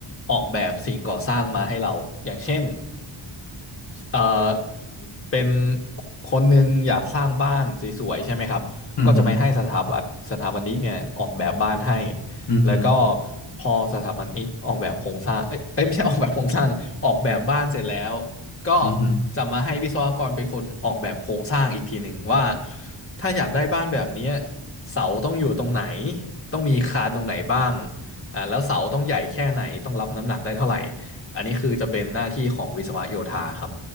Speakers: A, on the left (about 25°); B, on the left (about 55°).
A: ออกแบบสิ่งก่อสร้างมาให้เราอย่างเช่นเอ่อเป็นคนหนึ่งอยากสร้างบ้านสวยๆใช่ไหมครับก็จะไปให้สถาปัตย์สถาปนิกเนี่ยออกแบบบ้านให้
B: อือฮึอือฮึอ
A: แล้วก็พอสถาบันนี้ออกแบบโครงสร้างเอ้ยเอ้ยไม่ใช่ออกแบบโครงสร้างออกแบบบ้านเสร็จแล้วก็
B: ือฮึอ
A: จะมาให้วิศวกรเป็นคนออกแบบโครงสร้างอีกทีหนึ่งว่าถ้าอยากได้บ้านแบบเนี้ยเสาต้องอยู่ตรงไหนต้องมีคานตรงไหนบ้างอ่าแล้วเสาต้องใหญ่แค่ไหนต้องรับน้ำหนักได้เท่าไหร่อันนี้คือจะเป็นหน้าที่ของวิศวโยธาครับ